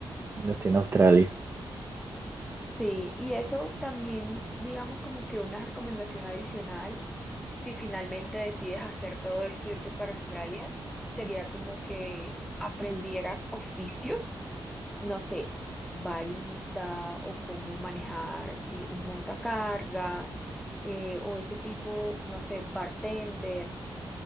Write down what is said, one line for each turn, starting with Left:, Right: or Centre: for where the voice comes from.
Right: cuando esté en Australia.
Centre: Sí, y eso también, digamos, como que una recomendación adicional, si finalmente decides hacer todo esto y irte para Australia, sería como que aprendieras oficios no sé, barista o cómo manejar eh, un montacargas eh, o ese tipo, no sé, bartender,